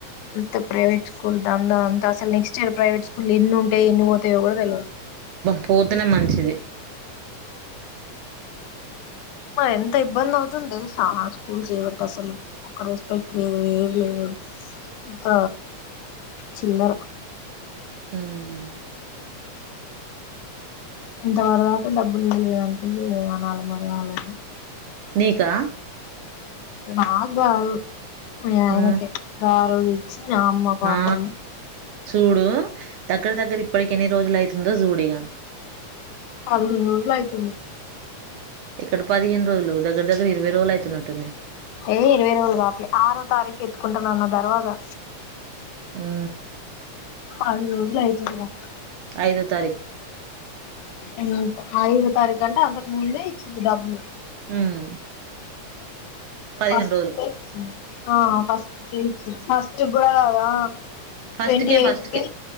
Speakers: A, on the left; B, on the right.
A: అంత ప్రైవేట్ స్కూల్ దంద అంత అసలు నెక్స్ట్ ఇయర్ ప్రైవేట్ స్కూల్ ఎన్నింటాయి. ఎన్ని పో దేవుడికి కూడా తెల్వద్.
B: పోతానే మంచిది.
A: ఎంత ఇబ్బంది అవుతుంది తెలుసా స్కూల్స్ చేయబట్టి అసలు ఒక రెస్పెక్ట్ లేదు. ఏమి లేదు, అంత చిల్లర.
B: హ్మ్
A: ఇంతవరదాకా డబ్బులు ఇయలేదంటే, ఏమనాలి మరీ వాళ్ళని.
B: నీకా.
A: నాక్ గాదు. మీ ఆయనకే
B: ఆ
A: రోదిచ్చి. నా అమ్మ పాపము.
B: ఆ చూడు దగ్గర దగ్గర ఇప్పటికి ఎన్ని రోజులు అయితుందో చూడిగా.
A: పదిహేనురోజులు అయితుంది.
B: ఏక్కడ పదిహేను రోజులు దగ్గర దగ్గర ఇరవై రోజులు అయితుందట్టుంది.
A: ఏయ్ ఇరవై రోజులు కాట్లే ఆరో తారీఖు ఎత్తుకుంటున్నాన్న దర్వాజా
B: హ్మ
A: పది రోజులు అయితుందిరా
B: ఐదో తారీఖు
A: ఎంత ఐదో తారీఖు అంటే అంతకు ముందే ఇచ్చింది డబ్బులు
B: ఉమ్ పదిహేను
A: ఫస్ట్
B: రోజులు
A: కే ఆ ఫస్ట్ కే ఇచ్చింది ఫస్ట్ గూడ గాదు ఆ
B: ఫస్ట్
A: ట్వంటీ
B: కే
A: ఎయిత్
B: ఫస్ట్ కే